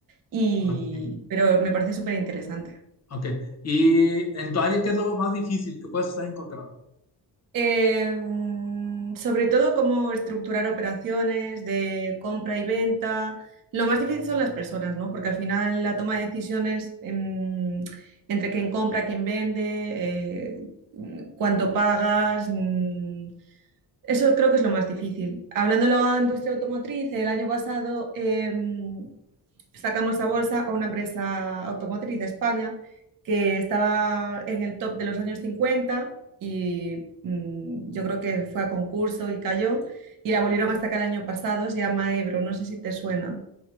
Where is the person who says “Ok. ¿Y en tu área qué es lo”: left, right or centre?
Left